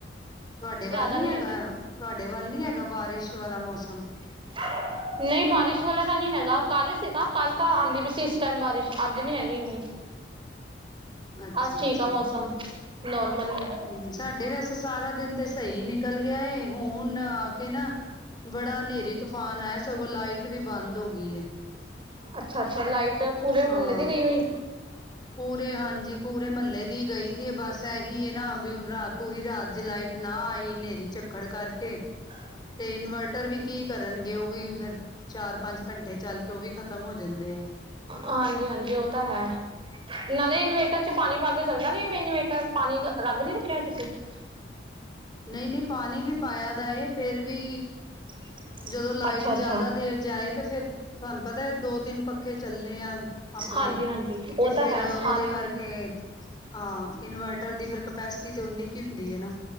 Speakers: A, on the left; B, on the right.
A: ਤੁਹਾਡੇ
B: ਜ਼ਿਆਦਾ
A: ਵੱਲ ਨੀ ਹੈਗਾ
B: ਹੈਗੀ
A: ਤੁਹਾਡੇ ਵੱਲ ਨੀ ਹੈਗਾ ਬਾਰਿਸ਼ ਵਾਲਾ ਮੌਸਮ।
B: <unintelligible> ਨਹੀਂ ਬਾਰਿਸ਼ ਵਾਲਾ ਤਾਂ ਨਹੀਂ ਹੈਗਾ ਕੱਲ ਸੀ ਤਾਂ ਕੱਲ ਤਾਂ ਆਉਂਦੀ ਵੀ ਸੀ ਇਸ ਟਾਈਮ ਬਾਰਿਸ਼ ਅੱਜ ਨਹੀਂੀ ਹੈਗੀ ਇੰਨੀ
A: ਅੱਛਾ-ਅੱਛਾ
B: ਅਸ ਠੀਕ ਆ ਮੌਸਮ ਨੋਰਮਲ ਹੀ ਆ।
A: ਹਮ ਸਾਡੇ ਵੈਸੇ ਸਾਰਾ ਦਿਨ ਤੇ ਸਹੀ ਨਿਕਲ ਗਿਆ ਹੁਣ ਆ ਕੇ ਨਾ। ਬੜਾ ਹਨੇਰੀ ਤੂਫਾਨ ਆਇ ਸਗੋਂ ਲਾਈਟ ਵੀ ਬੰਦ ਹੋ ਗਈ
B: ਅੱਛਾ ਅੱਛਾ ਲਾਈਟ ਪੂਰੇ
A: ਹਾਂ
B: ਮਹੱਲੇ ਦੀ ਗਈ ਹੋਈ।
A: ਪੂਰੇ ਹਾਂਜੀ ਪੂਰੇ ਮਹੱਲੇ ਦੀ ਗਈ ਦੀ ਬਸ ਇਹੀ ਨਾ ਵੀ ਰਾ ਪੂਰੀ ਰਾਤ ਜ ਲਾਈ। ਨਾ ਆਈ ਹਨੇਰੀ ਝੱਖੜ ਕਰਕੇ
B: ਹ।
A: ਤੇ ਇਨਵਰਟਰ ਵੀ ਕੀ ਕਰਨਗੇ ਉਹ ਵੀ ਫੇਰ ਚਾਰ ਪੰਜ ਘੰਟੇ ਚੱਲ ਕੇ ਉਹ ਵੀ ਖਤਮ ਹੋ ਜਾਂਦੇ ਆ
B: ਹਾਂਜੀ ਹਾਂਜੀ ਉਹ ਤਾਂ ਹੈ। ਨਾਲੇ ਇਨਵੇਟਰ ਚ ਪਾਣੀ ਪਾ ਕੇ ਚੱਲਦਾ ਨੀ ਫਿਰ ਇਨਵੇਟਰ ਪਾਣੀ ਰੱਗ ਨੀ ਰੱਖਿਆ ਤੁਸੀਂ। ਹ
A: ਨਹੀਂ ਨਹੀਂ ਪਾਣੀ ਵੀ ਪਾਇਆ ਦਾ ਇਹ ਫੇਰ ਵੀ
B: <unintelligible>
A: ਜਦੋਂ ਲਾਈਟ
B: ਅੱਛਾ
A: ਜ਼ਿਆਦਾ
B: ਅੱਛਾ
A: ਦੇਰ ਜਾਏ ਤਾਂ ਫੇਿਰ ਤੁਹਾਨੂੰ ਪਤਾ ਦੋ ਤਿੰਨ ਪੱਖੇ ਚੱਲਣੇ ਆ ਆਪਣੇ
B: ਹਾਂਜੀ ਹਾਂਜੀ ਉਹ
A: ਤੇ ਫੇਿਰ
B: ਤਾਂ ਹੈ ਸਾਰਿਆਂ
A: ਉਹਦੇ ਕਰਕੇ।
B: ਨੇ
A: ਹਾਂ ਇਨਵਰਟਰ ਦੀ ਕਪੈਸਿਟੀ ਤੇ ਉਨੀ ਕੁ ਹੁੰਦੀ ਹੈ ਨਾ।